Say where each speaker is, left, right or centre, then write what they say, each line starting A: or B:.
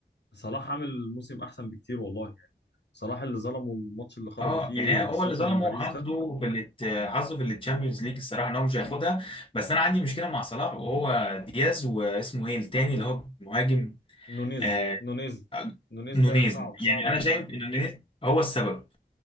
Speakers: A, on the left; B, on the left.
A: صلاح عامل موسم احسن بكتير والله يعني صلاح اللي ظلمه الماتش اللي خرجوا
B: اه
A: فيه
B: يعني
A: بالصدفه
B: هو اللي ظلمه
A: من باريس
B: حظه
A: ده
B: في الات- حظه في التشامبيونز ليج الصراحه ان هو مش هياخدها بس انا عندي مشكله مع صلاح وهو دياز واسمه ايه التاني اللي هو مهاجم
A: نونيز
B: آه
A: نونيز
B: آه،
A: نونيز
B: نونيز
A: ده صعب صعب
B: يعني
A: يا
B: انا
A: جدعان
B: شايف ان نونيز هو السبب